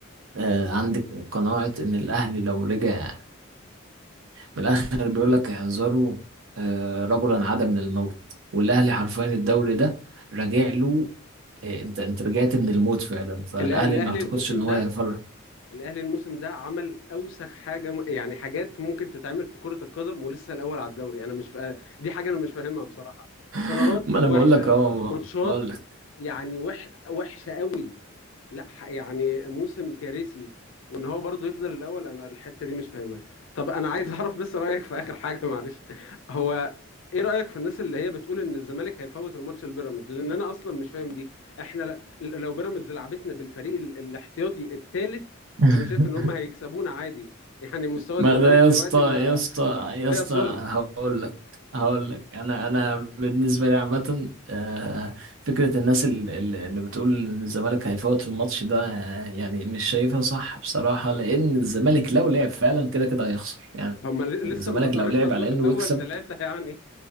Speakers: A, on the right; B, on the left.
A: آه عندي قناعه ان الاهلي لو رجع من الاخر بيقول لك احذروا آه، رجلا عاد من الموت والاهلي حرفيا الدوري ده راجع له آه، انت انت رجعت من الموت فعلا فالاهلي
B: الأ- الاهلي
A: ما اعتقدش
B: الموسم
A: ان هو
B: ده
A: يفرق
B: الاهلي الموسم ده عمل اوسخ حاجه م- يعني حاجات ممكن تتعمل في كره القدم ولسه الاول على الدوري انا مش فا... دي حاجه انا مش فاهمها بصراحه
A: <laughs>
B: قرارات
A: ما انا
B: وحشه
A: بقول لك اهو
B: ماتشات
A: بقول لك
B: يعني وح... وحشه قوي لا ح- يعني موسم كارثي وان هو برضه يفضل الاول انا الحته دي مش فاهمها طب انا عايز اعرف بس رايك في اخر حاجه معلش هو ايه رايك في الناس اللي هي بتقول ان الزمالك هيفوت الماتش البيراميدز لان انا اصلا مش فاهم دي احنا ل- لو بيراميدز لعبتنا بالفريق ال- الاحتياطي الثالث
A: <laughs>
B: انا شايف ان هم هيكسبونا عادي يعني مستوى
A: ما
B: الزمالك
A: ده يا
B: دلوقتي
A: اسطى يا
B: ما
A: اسطى يا
B: لا
A: اسطى
B: يسر
A: هقول لك هقول لك انا انا بالنسبه لي عامه آه، فكره الناس ال- ال- اللي بتقول ان الزمالك هيفوت الماتش ده آه، يعني مش شايفها صح بصراحه لان الزمالك لو لعب فعلا كده كده هيخسر يعني
B: هم ل-
A: الزمالك
B: لسه مدقرنا
A: لو لعب
B: الدور
A: على انه
B: الاول
A: يكسب
B: ثلاثة يعني